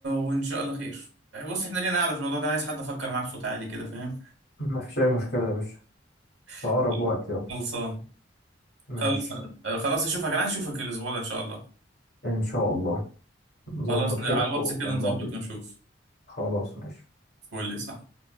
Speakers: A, on the right; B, on the left.
A: وإن شاء الله خير بص إحنا لينا قاعدة في الموضوع ده عايز حد أفكر معاه بصوت عالي كده فاهم
B: ما فيش أي مشكلة يا باشا في
A: <laughs>
B: أقرب وقت يلا
A: خلصان
B: ماشي
A: خلاص آه، خلاص اشوفك انا عايز اشوفك الاسبوع ده ان شاء الله
B: إن شاء الله نظبط
A: خلاص ن-
B: كده
A: على الواتس
B: ومع
A: كده نظبط
B: بعضين
A: ونشوف
B: خلاص ماشي
A: قول لي صح